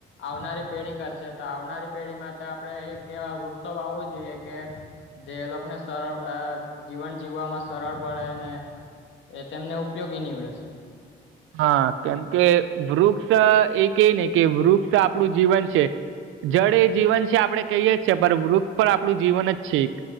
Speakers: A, on the left; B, on the right.
A: આવનારી પેઢી કરશે, તો આવનારી પેઢીમાં તો આપણે એક એવા વૃક્ષો વાવવું જોઈએ કે જે એ લોકને સરળ અહ જીવન જીવવામાં સરળ પડે ને એ તેમને ઉપયોગી નીવડે સે.
B: હા. કેમ કે વૃક્ષ એ કેઈ ને કે વૃક્ષ આપણું જીવન છે જળ એ જીવન છે આપણે કહીએે છે, પણ વૃક્ષ પણ આપણું જીવન જ છે એક.